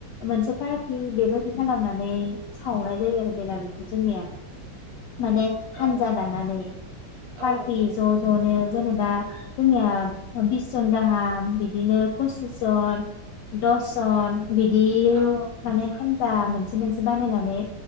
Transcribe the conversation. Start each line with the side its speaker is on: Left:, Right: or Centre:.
Left: मोनसे पारटि बेबायाददि खालामनानै सावनाय जायो आरो बेलागुरखौ जोंनिया। माने हानजा
Right: औ
Left: दानानै पारटि
Right: औ
Left: ज जनो जेनेबा जोंनिया ओ बिस जन गाहाम बिदिनो पसिस जन दस जन बिदि
Right: औ
Left: माने खान जा मोनसे मोनसे बानायनानै